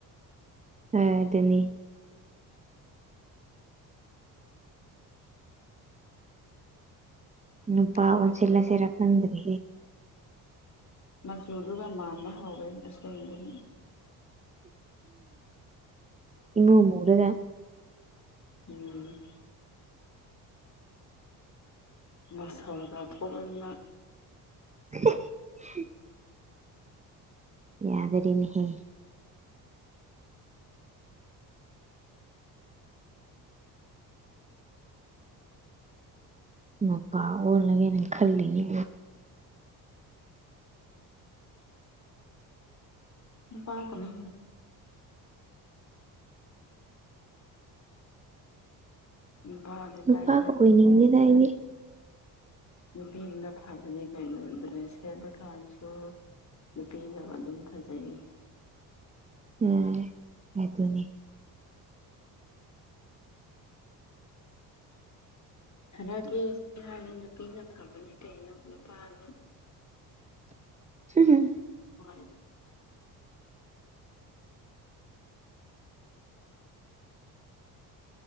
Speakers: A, on the right (about 15°); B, on the left (about 35°).
A: ꯍ ꯇꯅꯤ ꯅꯨꯄꯥ
B: ꯃꯆꯨꯗꯨꯒ
A: ꯑꯣꯟꯁꯦꯂꯁꯦꯔ ꯈꯟꯗ꯭ꯔꯦ
B: ꯃꯆꯨꯗꯨꯒ ꯃꯥꯟꯕ ꯍꯧꯔꯦ ꯑꯁꯦꯡꯗꯨꯅꯤ
A: ꯏꯃꯨꯡꯔꯒ
B: ꯎꯝ ꯃꯁꯜꯒ ꯊꯣꯛꯣꯛꯂꯅ
A: <inaudible> ꯌꯥꯗꯔꯤꯅꯤꯍ ꯅꯄꯥꯥ ꯑꯣꯅꯒꯦꯅꯦ ꯈꯜꯂꯤꯅꯤ
B: ꯄꯀꯅ ꯅꯨꯄꯥꯗꯤ
A: ꯅꯨꯄꯥꯒ
B: ꯇꯜꯂꯦ
A: ꯑꯣꯏꯅꯤꯡꯉꯦꯗꯏꯅꯦ
B: ꯅꯨꯄꯤ ꯑꯃꯅ ꯐꯕꯅꯤ ꯀꯩꯅꯣꯗ꯭ꯔꯦ ꯁꯦꯠꯕ ꯀꯥꯟꯁꯨ ꯅꯨꯄꯤꯅ ꯑꯗꯨꯝ ꯐꯖꯩ
A: ꯎ ꯍ ꯑꯗꯨꯅꯤ
B: ꯍꯟꯗꯛꯀꯤꯁꯤ ꯍꯥꯏꯗꯤ ꯅꯨꯄꯤꯅ ꯐꯕꯅꯤ ꯀꯩꯅꯣ ꯅꯨꯄꯥꯗꯤ
A: ꯁꯤ
B: <inaudible>